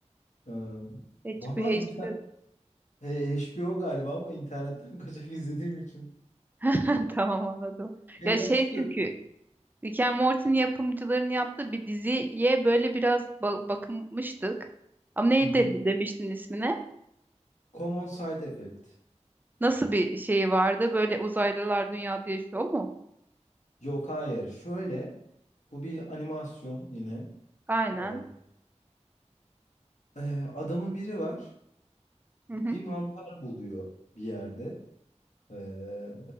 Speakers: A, on the left; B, on the right.
A: Em,
B: HBO,
A: Valla in- e, HBO galiba ama internetten <laughs> kaçak izlediğim için
B: <laughs> Tamam anladım.
A: şeyden
B: Ya şey
A: çıkıyor.
B: çünkü Rick and Morty'nin yapımcıların yaptığı bir diziye böyle biraz ba- bakmıştık. Ama neydi
A: Hı hı.
B: de- demiştin ismine?
A: Common Side Effect.
B: Nasıl bir şey vardı? Böyle uzaylılar dünyada yaşıyor mu?
A: Yok hayır. Şöyle bu bir animasyon yine.
B: Aynen.
A: Ee, e, adamın biri var.
B: Hı
A: Bir
B: hı.
A: mantar buluyor bir yerde. Ee,